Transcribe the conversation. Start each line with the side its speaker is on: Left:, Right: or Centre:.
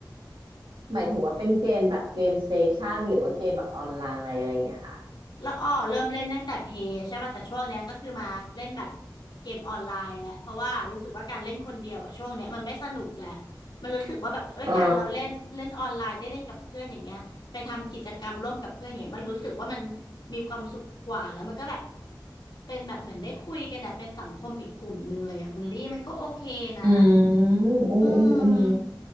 Right: หมายถึงว่าเป็นเกมแบบเกมสเตชันหรือว่าเกมแบบออนไลน์อะไรอย่างเงี้ยค่ะ
Left: แล้วอ้อเริ่มเล่นตั้งแต่เพย์ใช่ป่ะแต่ช่วงเนี้ยก็คือมาเล่นแบบเกมออนไลน์แหละเพราะว่ารู้สึกว่าการเล่นคนเดียวอะช่วงเนี้ยมันไม่สนุกแหละมันรู้สึกว่าแบบเอ้ยการเราเล่นเล่นออนไลน์ได้เล่นกับเพื่อนอย่างเงี้ยไปทำกิจกรรมร่วมกับเพื่อนอย่างเงี้ยมันรู้สึกว่ามัน
Right: อ๋อ
Left: มีความสุขกว่าแล้วมันก็แบบเป็นแบบเหมือนได้คุยกันนะเป็นสังคมอีกกลุ่มหนึ่งเลยอะคุณลี่มันก็โอเคนะ
Right: อืมอืมอืมอืม
Left: อืม